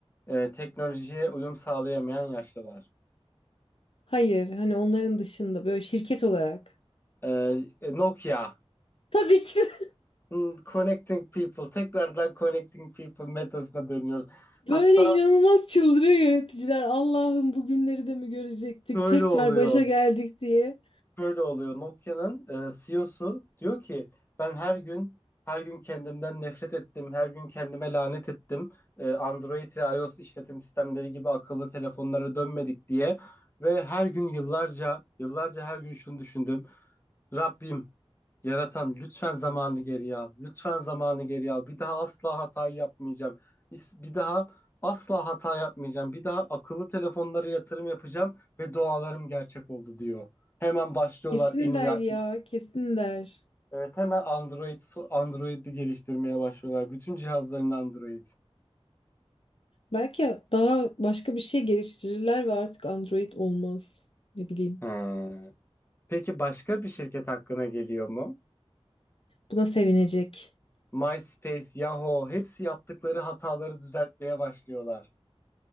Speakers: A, on the left (about 20°); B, on the left (about 60°).
A: E, teknolojiye uyum sağlayamayan yaşlılar.
B: Hayır hani onların dışında böyle şirket olarak.
A: E, e, Nokia.
B: Tabii ki de
A: Hmm, Connecting people. Tekrardan connecting people metasına dönüyoruz.
B: <laughs>
A: Hatta
B: böyle inanılmaz çıldırıyor yöneticiler. Allah'ım bugünleri de mi görecektik?
A: şöyle
B: Tekrar
A: oluyor.
B: başa geldik diye.
A: şöyle oluyor. Nokia'nın e, CEO'su diyor ki ben her gün her gün kendimden nefret ettim. Her gün kendime lanet ettim. E, Android ve iOS işletim sistemleri gibi akıllı telefonlara dönmedik diye. Ve her gün yıllarca yıllarca her gün şunu düşündüm. Rabbim yaratan lütfen zamanı geriye al. Lütfen zamanı geriye al. Bir daha asla hata yapmayacağım. İs- Bir daha asla hata yapmayacağım. Bir daha akıllı telefonlara yatırım yapacağım ve dualarım gerçek oldu diyor. Hemen başlıyorlar
B: Kesin
A: en iyi
B: der
A: işte.
B: ya, kesin der.
A: Evet hemen Android Android'i geliştirmeye başlıyorlar. Bütün cihazların Android.
B: Belki daha başka bir şey geliştirirler ve artık Android olmaz. Ne bileyim.
A: He. Peki başka bir şirket hakkına geliyor mu?
B: Buna sevinecek.
A: MySpace, Yahoo hepsi yaptıkları hataları düzeltmeye başlıyorlar.